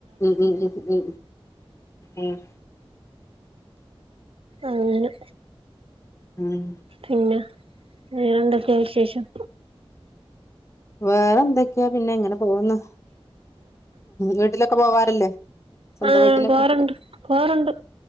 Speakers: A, on the left; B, on the right.
A: ഉം ഉം ഉം ഉം
B: അങ്ങനെ
A: ഉം
B: പിന്നെ വേറെന്തെക്കെ വിശേഷം?
A: വേറെ എന്ത് ക്യാ പിന്നെ ഇങ്ങനെ പോവുന്നു വീട്ടിലൊക്കെ പോവാറില്ലേ? സ്വന്തം
B: ആഹ്
A: വീട്ടിലൊക്കെ
B: പോകാറുണ്ട് പോകാറുണ്ട്.